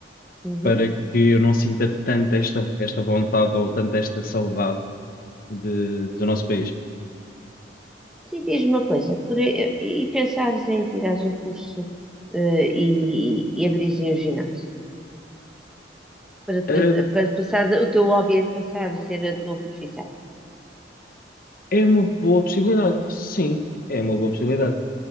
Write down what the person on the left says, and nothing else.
para que eu não sinta tanto esta, esta vontade ou tanto esta saudade de, do nosso país.
Ahm,
É uma boa possibilidade, sim, é uma boa possibilidade.